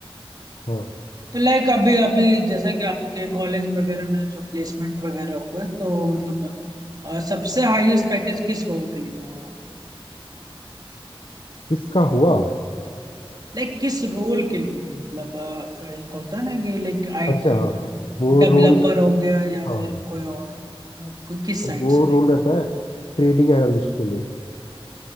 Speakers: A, on the left; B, on the right.
A: है हाँ
B: तो लाइक अभी अभी जैसे कि आपके कॉलेज वगैरह में जो प्लेसमेंट वगैरह हुए तो मतलब अ, सबसे हाईएस्ट पैकेज किस रोल के लिए हुआ
A: इसका हुआ
B: लाइक किस रोल के लिए मतलब अ, एक होता है ना कि लाइक आईटी
A: अच्छा हाँ वो
B: डेवलपर
A: रोल
B: हो गया या
A: हाँ
B: फिर
A: हाँ,
B: कोई और अ, कोई किस साइड
A: वो
B: से लाइक
A: रोल रहता है ट्रेडिंग एनालिस्ट के लिए